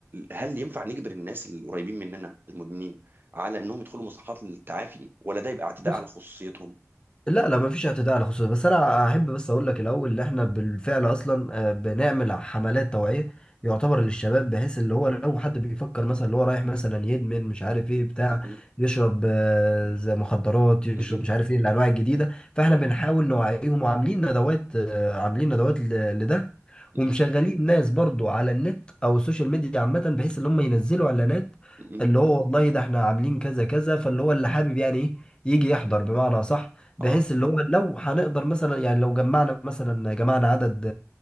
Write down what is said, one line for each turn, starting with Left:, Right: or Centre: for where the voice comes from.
Right: هل ينفع نجبر الناس القريبين مننا المدمنين على انهم يدخلوا مصحات للتعافي ولا ده يبقى اعتداء
Left: بص،
Right: على خصوصيتهم
Left: لا لا مفيش اعتداء على الخصوصية بس انا احب بس اقول لك الاول ان احنا بالفعل اصلا آه، بنعمل حملات توعية يعتبر للشباب بحيث اللي هو لو حد بيفكر مثلا اللي هو رايح مثلا يدمن مش عارف ايه بتاع
Right: م-
Left: يشرب آه، زي مخدرات يشرب
Right: م- م-
Left: مش عارف ايه الانواع الجديدة فاحنا
Right: م-
Left: بنحاول نوعيهم وعاملين ندوات آه، عاملين ندوات ل- لده
Right: م-
Left: ومشغلين ناس برضو على النت او السوشيال ميديا عامة بحيث ان هم ينزلوا اعلانات
Right: م-
Left: اللي هو والله ده احنا عاملين كذا كذا فاللي هو اللي حابب يعني ايه يجي يحضر بمعنى صح بحيث
Right: اه
Left: اللي هو لو هنقدر مثلا يعني لو جمعنا مثلا جمعنا عدد